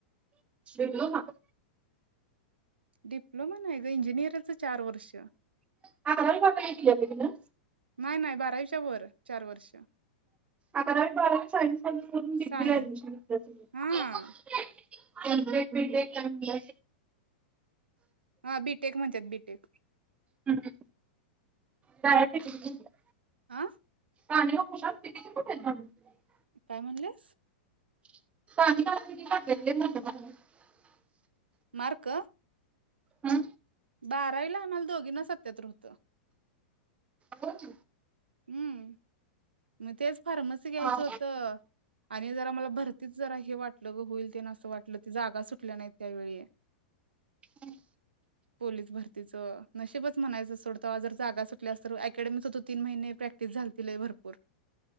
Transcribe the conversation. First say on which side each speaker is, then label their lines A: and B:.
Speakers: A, on the right (about 20°); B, on the right (about 85°).
A: डिप्लोमा
B: डिप्लोमा नाही ग इंजिनिअरच चार वर्ष नाही,
A: अकरावी बारावी केल्या का तिनं?
B: नाही बार <unintelligible> च्या वर चार वर्ष
A: अकरावी बारावी सायन्स मधून करून डिग्रीला
B: सायन्स
A: ऍडमिशन घेतलंय तिन,
B: हा
A: कंप्लेंट डिग्री एक टाइम दिला <unintelligible>
B: हा बीटेक म्हणत्यात बी एक,
A: हम्म काळया पिशवीत भरल्या.
B: आ
A: <unintelligible>
B: काय म्हणलीस?
A: <inaudible>
B: मार्क?
A: हा,
B: बारावीला आम्हाला दोघींना सत्त्यातर होत.
A: होत,
B: हम्म, मग तेच फार्मसी घ्यायचं
A: हा.
B: होत आणि जरा मला भरतीच जरा हे वाटलं ग होईल तेन असं वाटलं त जागा सुटल्या नाहीत त्यावेळी,
A: हम्म
B: पोलीस भरतीचं नशीबच म्हणायचं सोड तेव्हा जर जागा सुटल्या अस तर अकॅडमिक होतो तीन महिने प्रॅक्टिस झालती लय भरपूर